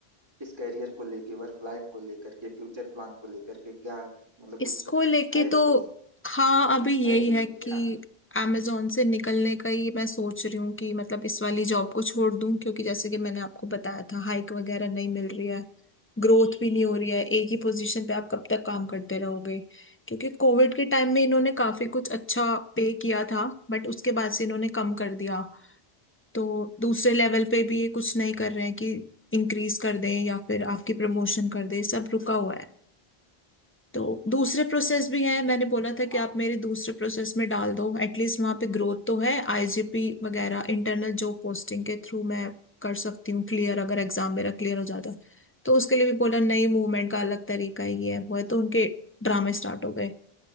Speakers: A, on the right; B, on the left.
A: इस करियर को लेके वर्क लाइफ को लेकर के फ्यूचर प्लान को लेकर के क्या मतलब
B: इसको
A: कुछ
B: लेके
A: है
B: तो
A: कुछ
B: हाँ अभी
A: मैपिंग
B: यही है कि
A: की है आपने
B: amazon से निकलने का ही मैं सोच रही हूँ कि मतलब इस वाली जॉब को छोड़ दूँ क्योंकि जैसे कि मैंने आपको बताया था हाइक वगैरह नहीं मिल रही है ग्रोथ भी नहीं हो रही है एक ही पोजीशन पे आप कब तक काम करते रहोगे क्योंकि कोविड के टाइम में इन्होंने काफी कुछ अच्छा पे किया था बट उसके बाद से इन्होंने कम कर दिया तो दूसरे लेवल पे भी ये कुछ नहीं कर रहे हैं कि इंक्रीज कर दें या फिर आपकी प्रमोशन कर दें सब रुका हुआ है तो दूसरे प्रोसेस भी हैं मैंने बोला था
A: हाँ
B: कि आप मेरे दूसरे प्रोसेस में डाल दो एटलीस्ट वहां पे ग्रोथ तो है आईजीपी वगैरह इंटरनल जॉब पोस्टिंग के थ्रू मैं कर सकती हूँ क्लियर अगर एग्जाम मेरा क्लियर हो जाता है तो उसके लिए भी बोला नई मूवमेंट का अलग तरीका ही है हुआ है, तो
A: जी
B: उनके ड्रामे स्टार्ट हो गए